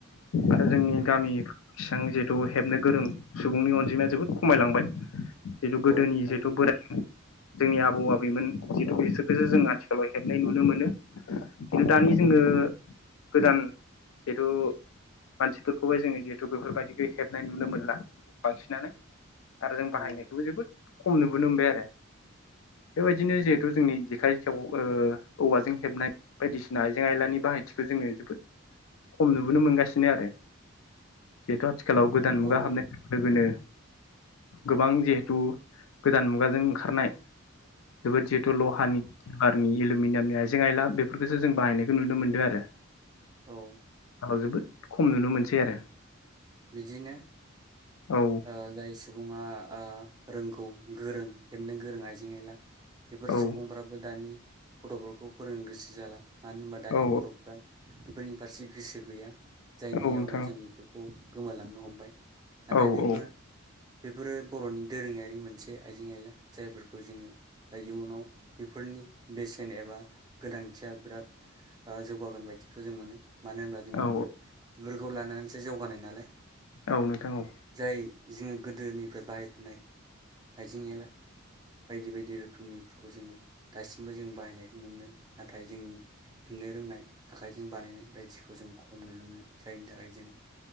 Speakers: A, on the left; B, on the right.
A: आरो
B: औ
A: जोंनि गामि एसां जिहेतु हेबनो गोरों सुबुंनि अनजिमाया जोबोद खमायलांबाय। जिथु गोदोनि
B: औ खमायलांबाय
A: जिथु बोरा जोंनि आबौ आबैमोन जितु बिसोरखौसो जों आथिखालाव हेबनाय नुनो मोनो। खिन्थु दानि जोङो
B: औ
A: गोदान जिहेतु मानसिफोरखौहाय जोङो जिहेतु बेफोरबायदिखौ हेबनाय नुनो मोनला बांसिनानो। आरो जों
B: औ
A: बाहायनायखौबो जोबोद खम नुबोनो मोनबाय आरो बेबायदिनो
B: उम
A: जिहेथु जोंनि जेखाय खौ ओ औवाजों हेबनाय बायदिसिना आइजें आयलानि बाहायथिखौ जोङो जोबोद खम नुबोनो मोनगासिनो आरो जिहेथु आथिखालाव गोदान
B: औ
A: मुगा हाबनाय <unintelligible> लोगोनो गोबां जिहेथु गोदान मुगाजों ओंखारनाय जोबोद जिहेथु
B: औ
A: लहानि टारनि एलमिनियामनि आइजें आयला बेफोरखौसो जों बाहायनायखौ नुनो मोनदों आरो
B: औ
A: खालाव जोबोद खम नुनो मोनसै आरो
B: बिदिनो
A: औ
B: ओ जाय सुबुङा ओ रोंगौ गोरों हेबनो गोरों आइजें आइला बेफोर
A: औ
B: सुबुंफ्राबो दानि गथफोरखौ फोरोंनो गोसो जाला मानो होनबा दानि
A: औ
B: गथफ्रा बेफोरनि फारसे गोसो गैया। जायनि
A: औ नोंथां
B: जाउनाव जों इफोरखौ गोमालांनो हमबाय। नाथाय
A: औ
B: बेफोर
A: औ
B: बेफोरो बरनि दोरोङारि मोनसे आइजें आयला जायफोरखौ जोङो ओ इयुनाव बेफोरनि बेसेन एबा गोनांथिया बिराद ओ जौगागोन बायदिखौ जों मोनो। मानो होनब्ला जों
A: औ
B: बिफोर बिफोरखौ लानानैसो जौगानाय नालाय
A: औ नोंथां औ।
B: जाय जोङो गोदोनिफ्राय बाहायबोनाय आइजें एला बायदि बायदि रोखोमनिफोरखौ जोङो दासिमबो जों बाहायनायखौ नुनो मोनो नाथाय जोंनि खुंनो रोंनाय आखाइजों बानायनाय बायदिखौ जों खम नुनो मोनो जायनि थाखाय जों